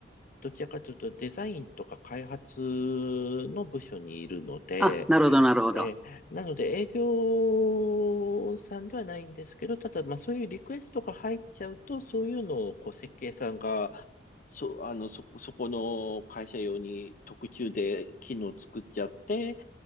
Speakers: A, on the left (about 50°); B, in the centre.
A: どちらかというとデザインとか開発の部署にいるので、
B: あ、なるほど、なるほど。
A: えーなので営業さんではないんですけど、ただ、まあそういうリクエストが入っちゃうと、そういうのをこう設計さんが、そ、あの、そこ、そこの会社用に特注で機能作っちゃって、